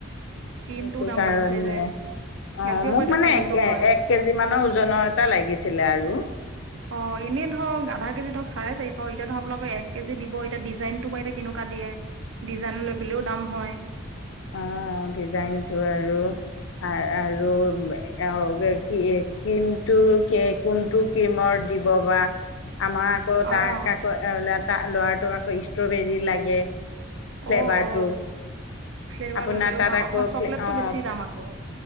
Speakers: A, on the right; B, on the left.
A: ক্ৰীমটোও
B: সেইটো
A: দাম
B: কাৰণে।
A: বাঢ়িছে যে
B: অ
A: গাখীৰৰ
B: মোক
A: পৰাইতো
B: মানে
A: ক্ৰীমটো
B: এক
A: হয়
B: এক কেজি মানৰ ওজনৰ এটা লাগিছিলে আৰু।
A: অ এনেই ধৰক- আধা কেজিতক চাৰে চাৰশ এতিয়া আনোকক এক কেজি দিব এতিয়া ডিজাইনটো এতিয়া কেনেুৱা দিয়ে ডাইন আপেলেও দাম হয়।
B: অ ডিজাইন টো আৰু, হয় আৰু- অ কি ক্ৰীমটো কোনটো ক্ৰীমৰ দিব বা- আমাৰ আকৌ
A: অ',
B: তাক আকৌ ত ল'ৰাটোক আকৌ ষ্ট্ৰবেৰী লাগে। ফ্লেভাৰটো
A: অ অ, ফ্লেভাৰ
B: আপোনাৰ
A: লৈবলৈও
B: তাত
A: দাম
B: আকৌ
A: আপোনাৰ চকলেটটো
B: অ
A: বেছি দাম আকৌ।